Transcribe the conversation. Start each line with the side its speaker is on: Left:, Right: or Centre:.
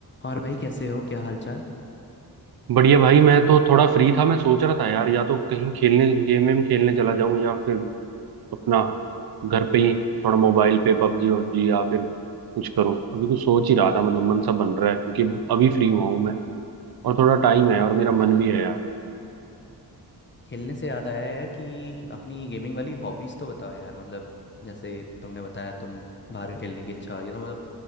Left: और भाई कैसे हो क्या हालचाल
Right: बढ़िया भाई मैं तो थोड़ा फ्री था मैं सोच रहा था यार या तो कहीं खेलने गेम वेम खेलने चला जाऊं या फिर अपना घर पे ही थोड़ा मोबाइल पे पबजी वबजी या फिर कुछ करूं अभी कुछ सोच ही रहा था मतलब मन सा बन रहा है क्योंकि अभी फ्री हुआ हूं मैं और थोड़ा टाइम है और मेरा मन
Left: खेलने
Right: भी है यार
Left: खेलने से याद आया यार कि अपनी गेमिंग वाली हॉबीज तो बताओ यार मतलब जैसे तुमने बताया तुम बाहर खेलने की इच्छा ये तो मतलब